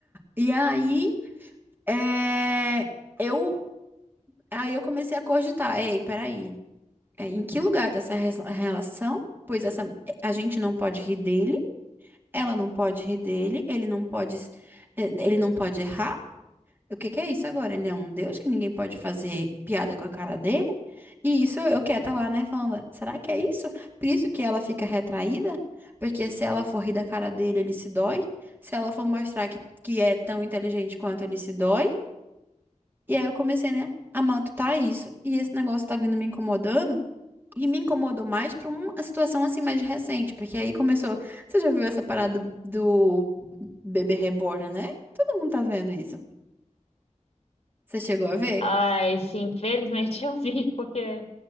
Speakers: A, on the right; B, on the left.
A: E aí, é, eu, aí eu comecei a cogitar. Ei, peraí. é, Em que lugar tá essa res- relação? Pois essa, a gente não pode rir dele. Ela não pode rir dele. Ele não pode, s- eh, ele não pode errar. O que que é isso agora? Ele é um deus que ninguém pode fazer piada com a cara dele? E isso eu quieta lá, né? Falando, será que é isso? Por isso que ela fica retraída? Porque se ela for rir da cara dele, ele se dói. Se ela for mostrar que, que é tão inteligente quanto ele se dói. E aí eu comecei, né? A matutar isso. E esse negócio tá vindo me incomodando. E me incomodou mais pra uma situação assim mais recente. Porque aí começou. Você já viu essa parada do, do bebê reborn, né? Todo mundo tá vendo isso. Você chegou a ver?
B: Ai, sim, <laughs> infelizmente eu vi, porque